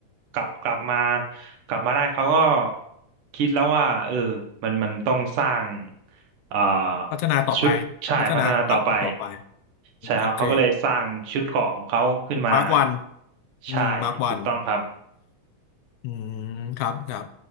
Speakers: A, on the right; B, on the left.
A: กลับกลับมากลับมาได้เขาก็คิดแล้วว่าเออมันมันต้องสร้างเอ่อ
B: พัฒนาต่อไป
A: ชุดใช่พัฒนาต่อไป
B: พัฒนาอัพต่อไป
A: ใช่ครับเขาก็เลยสร้างชุดเกราะของเขาขึ้นมา
B: อัปเกรดมาร์กวัน
A: ใช่ถูกต้องครับ
B: อืมมาร์กวัน อืมครับครับ